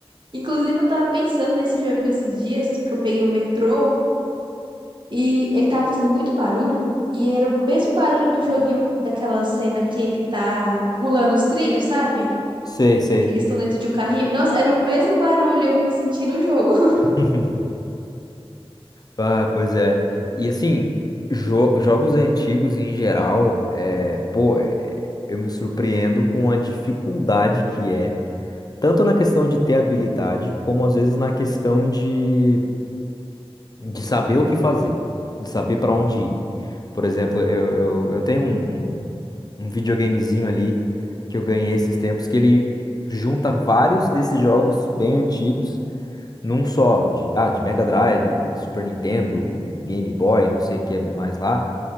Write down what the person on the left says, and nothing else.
Sei, sei.
<laughs> Ah, pois é. E assim, jo- jogos antigos em geral, é, pô, é- eu me surpreendo com a dificuldade que é, tanto na questão de ter habilidade, como às vezes na questão de de saber o que fazer, de saber para onde ir. Por exemplo, eu, eu, eu tenho um, um, um videogamezinho ali que eu ganhei esses tempos que ele junta vários desses jogos bem antigos num só, de, ah, de Mega Drive, Super Nintendo, Game Boy, não sei o que mais lá.